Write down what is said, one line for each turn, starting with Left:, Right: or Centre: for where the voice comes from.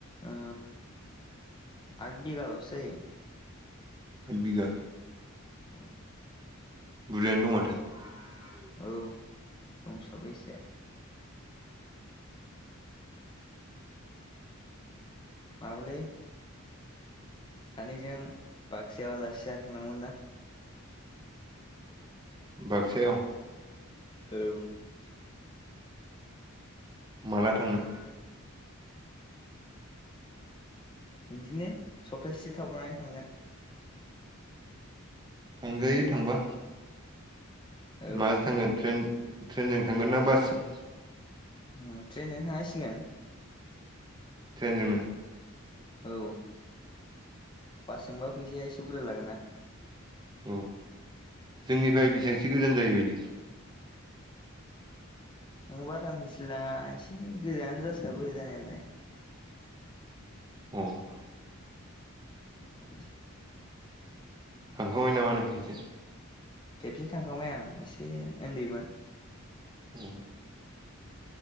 Left: ओ आद बिगाल'सो जायो।
Right: आद बिघा
Left: औ।
Right: बुरजायानो दं माथो।
Left: औ दंसाबो एसे माबालै सानैजों बाकसायाव आलासि जानो थानांगौमोन ना।
Right: बाकसायाव
Left: औ।
Right: माला थांनो?
Left: बिदिनो सप्तासे थाबावनानै थांगोन।
Right: थांजायो थांबा
Left: औ
Right: माजों थांगोन ट्रेन ट्रेनजों थांगोन ना बासजों?
Left: ओ ट्रेनजोंनो थांनांसिगोन।
Right: ट्रेनजोंनो?
Left: औ बासजोंबा फैसाया एसे बुरजा लागोन ना?
Right: औ जोंनिफ्राय बेसेबांसो गोजान जायो बायदि
Left: <unintelligible> बारा मिथिलाइ लाङा एसे गोजानानो जासाबो जानायालाय।
Right: औ।
Left: <inaudible>
Right: थांखांबाय नामा नों खेनसे?
Left: खेबसे थांखांबाय आं एसे उन्दैमोन।
Right: अ।